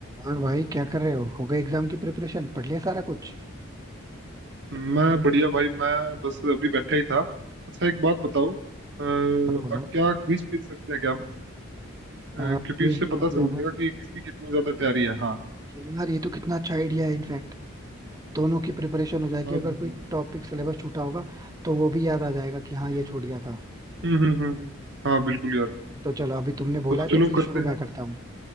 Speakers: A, on the right; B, on the right.
A: और भाई क्या कर रहे हो हो गए एग्जाम की प्रिपरेशन पढ़ लिया सारा कुछ
B: मैं बढ़िया भाई मैं बस अभी बैठा ही था अच्छा एक बात बताओ अ, अ,
A: बोलो बोलो
B: क्या क्विज खेल सकते हैं क्या हम अ,
A: क्विज
B: क्योंकि उससे पता
A: मतलब
B: चल जाएगा कि किसकी कितनी ज्यादा तैयारी है हाँ
A: यार ये तो कितना अच्छा आइडिया है इनफैक्ट दोनों की प्रिपरेशन हो जाएगी
B: हाँ
A: अगर
B: बिल्कुल
A: कोई टॉपिक सिलेबस छूटा होगा तो वो भी याद आ जाएगा कि हाँ
B: हम्म
A: ये छूट गया था
B: हम्म हम्म हम्म, हम्म। हाँ बिल्कुल यार
A: तो चलो अभी तुमने
B: तो
A: बोला है
B: चलो
A: तो फिर
B: करते
A: शुरू
B: हैं
A: मैं करता हूँ